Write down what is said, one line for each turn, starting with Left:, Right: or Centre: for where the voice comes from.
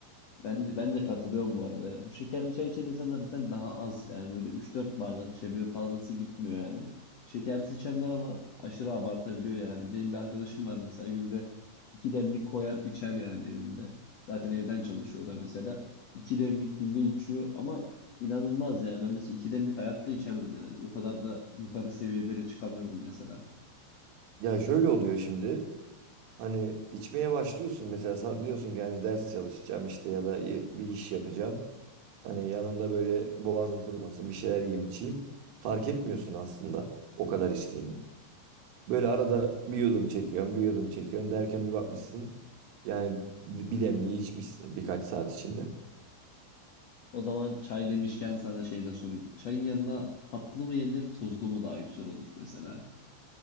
Left: Ben de, ben de katılıyorum bu arada ya. Bu şekerli çay içen insanlar zaten daha az yani böyle üç dört bardak içebiliyor fazlası gitmiyor yani. Şekersiz içenler ama aşırı abartabiliyor yani. Benim bir arkadaşım var mesela günde 2 demlik koyar içer yani evinde. Zaten evden çalışıyor o da mesela. iki demlik günde içiyor ama inanılmaz yani. Ben mesela 2 demlik hayatta içemem yani. O kadar da yukarı seviyelere çıkamıyorum mesela.
Right: Ya şöyle oluyor şimdi. Hani içmeye başlıyorsun mesela sa- diyorsun ki hani ders çalışacağım işte ya da i- bir iş yapacağım. Hani yanında böyle boğazım kurumasın bir şeyler yiyeyim içeyim. Fark etmiyorsun aslında o kadar içtiğini. Böyle arada bir yudum çekiyorsun, bir yudum çekiyorsun derken bir bakmışsın. Yani bir demliği içmişsin birkaç saat içinde.
Left: O zaman çay demişken sana şey de sorayım. Çayın yanına tatlı mı yenir tuzlu mu daha güzel olur mesela?